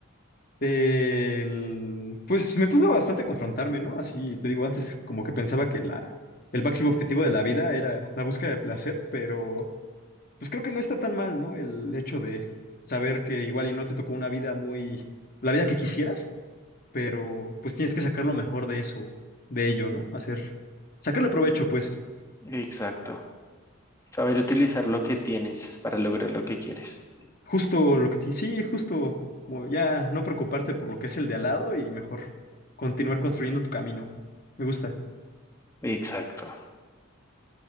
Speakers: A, on the left; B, on the left.
A: El- pues me puso bastante a confrontarme, ¿no? Así, te digo, antes como que pensaba que la, el máximo objetivo de la vida era la búsqueda de placer, pero... pues creo que no está tan mal, ¿no? El hecho de saber que igual y no te tocó una vida muy, la vida que quisieras, pero pues tienes que sacar lo mejor de eso, de ello, ¿no? Hacer, sacarle provecho, pues,
B: Exacto. Saber
A: s-
B: utilizar lo que tienes para lograr lo que quieres.
A: justo lo que te, sí, justo como ya no preocuparte por lo que es el de al lado y mejor continuar construyendo tu camino. Me gusta.
B: Exacto,